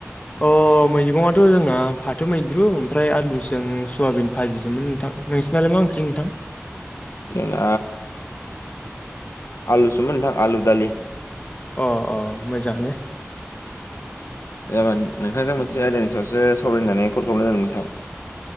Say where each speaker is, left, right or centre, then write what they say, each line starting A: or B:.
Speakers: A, on the left (about 30°); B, on the left (about 70°).
A: अ मैगङाथ' जोंना फाथो मैद्रु ओमफ्राय आलुजों सयाबिन भाजिसोमोन नोंथां। नोंसिनालाय मा ओंख्रि नोंथां?
B: <inaudible> जोंना आलुसोमोन नोंथां आलु दालि।
A: अ अ मोजाङानो।
B: जा नोंथांजों मोनसे आयदानि सायावसो सावरायनानै कल खालामनाय जादों नोंथाङां।